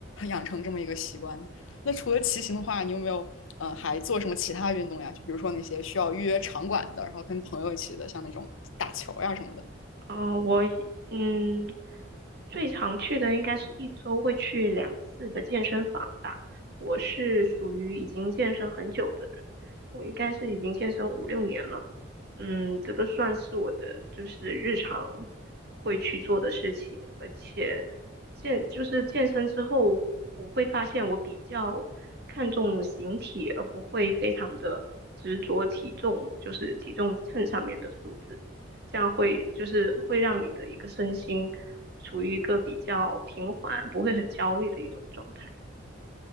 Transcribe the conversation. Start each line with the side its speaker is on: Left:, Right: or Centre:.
Left: 养成这么一个习惯。那除了骑行的话，你有没有呃还做什么其他运动呀？就比如说那些需要预约场馆的，然后跟朋友一起的，像那种打球呀什么的。
Right: 嗯，我一嗯，最常去的应该是一周会去两次的健身房吧。我是属于已经健身很久的人，我应该是已经健身五六年了。嗯，这个算是我的就是日常会去做的事情，而且健就是健身之后，我会发现我比较看重形体，而不会非常的执着体重，就是体重秤上面的数字，这样会就是会让你的一个身心处于一个比较平缓，不会很焦虑的一种状态。